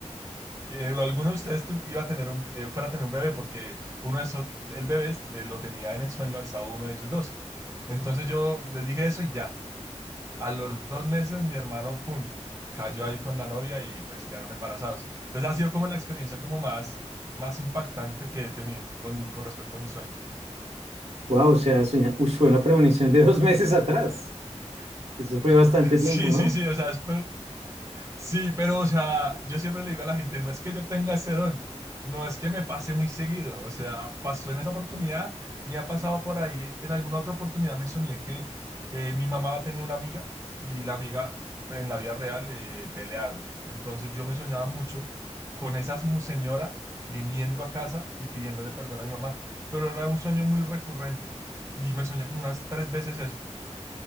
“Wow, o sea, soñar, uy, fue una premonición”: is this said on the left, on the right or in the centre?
Right